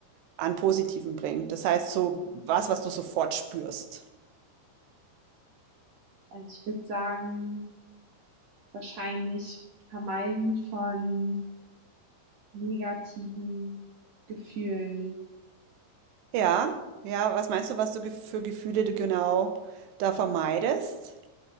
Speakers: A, on the right (about 85°); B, on the right (about 65°).
A: an Positiven bringt? Das heißt, so was, was du sofort spürst.
B: Also ich würde sagen, wahrscheinlich vermeiden von negativen Gefühlen.
A: Ja, ja, was meinst du, was du gef für Gefühle du genau da vermeidest?